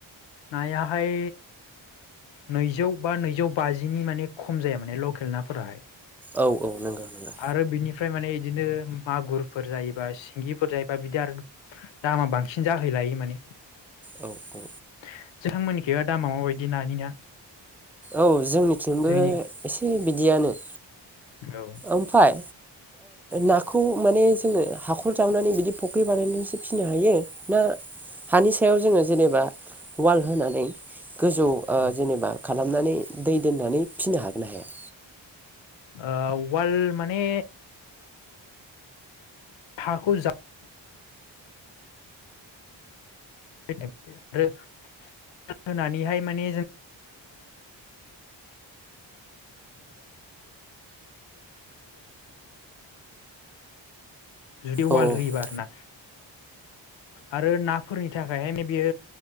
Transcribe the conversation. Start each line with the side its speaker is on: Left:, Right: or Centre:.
Left: नायाहाय नैजौ बा नैजौ बाजिनि माने खम जाया माने लकेल नाफोराहाय
Centre: औ औ नंगौ नंगौ
Left: आरो बिनि ओमफ्राय माने बिदिनो मागुरफोर जायोबा सिंगिफोर जायोबा बिदि आरो दामा बांसिन जाहैलायो माने नोंथां
Centre: औ औ।
Left: मोननिखिबा दामा माबायदि नानि ना
Centre: औ जोंनिथिंबो
Left: जोंनि
Centre: एसे बिदियानो
Left: औ
Centre: ओमफ्राय नाखौ माने जोङो हाखर जावनानै बिदि फुख्रि बानायनानैसो फिनो हायो ना हानि सायाव जोङो जेनेबा वाल होनानै गोजौ
Left: औ
Centre: जेनेबा खालामनानै दै दोननानै फिनो हागोन ना हाया
Left: आ उवाल माने हाखौ जा <unintelligible> माने जुदि वाल
Centre: अ औ।
Left: होयोबा आरोना आरो नाफोरनि बेनि थाखायहाय बेयो